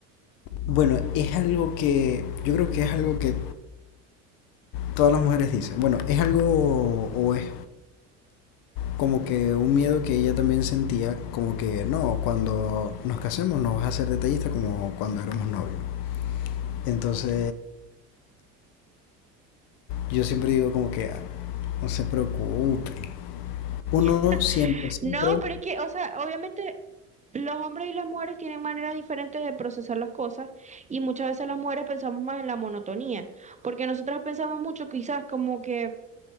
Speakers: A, on the left (about 65°); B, on the right (about 20°).
A: Bueno, es algo que yo creo que es algo que todas las mujeres dicen. Bueno, es algo o es como que un miedo que ella también sentía, como que no, cuando nos casemos no vas a ser detallista como cuando éramos novios. Entonces yo siempre digo como que "Ah, no se preocupe. Uno
B: <laughs>
A: siempre, siempre.
B: No, pero es que, o sea, obviamente los hombres y las mujeres tienen maneras diferentes de procesar las cosas y muchas veces las mujeres pensamos más en la monotonía, porque nosotras pensamos mucho quizás como que